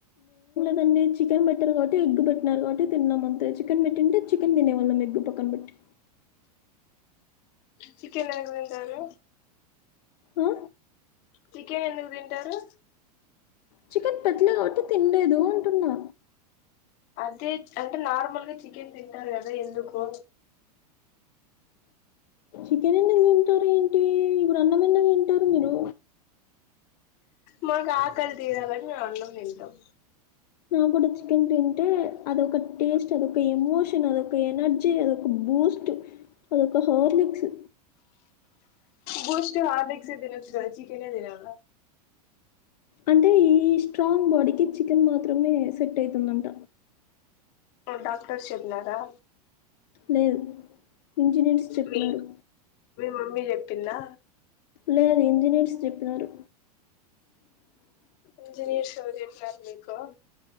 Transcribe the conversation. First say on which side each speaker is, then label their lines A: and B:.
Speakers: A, on the left; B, on the left.
A: దాన్ని చికెన్ పెట్టరు కాబట్టి ఎగ్ పెట్టారు కాబట్టి తిన్నాం అంతే చికెన్ పెట్టుంటే చికెన్ తినేవాళ్ళం ఎగ్ పక్కన పెట్టి
B: చికెన్ ఎందుకు తింటరు
A: ఆ
B: చికెన్ ఎందుకు తింటరు
A: చికెన్ పెట్టలే కాబట్టి తినలేదు అంటున్నా
B: అదే అంటే నార్మల్గా చికెన్ తింటారు కదా ఎందుకు
A: చికెన్ ఎందుకు తింటారు ఏంటి ఇప్పుడు అన్నం ఎందుకు తింటారు మీరు
B: మాకు ఆకలి తీరాలని మేము అన్నం తింటాం
A: నాక్కూడా చికెన్ తింటే అదొక టేస్ట్ అదొక ఎమోషన్ అదొక ఎనర్జీ అదొ బూస్ట్ అదొక హార్లిక్స్
B: బూస్ట్, హార్లిక్సే తినొచ్చు కద చికెనే తినాల
A: అంటే ఈ స్ట్రాంగ్ బాడీకి చికెన్ మాత్రమే సెట్ అయితుందంట
B: డాక్టర్స్ చెప్పినా రా
A: లేదు ఇంజనీర్స్ చెప్పినారు
B: మీ మమ్మీ మీ చెప్పిందా
A: లేదు ఇంజనీర్స్ చెప్పినారు
B: ఇంజినీర్స్ ఎవరు చెప్పినారు మీకు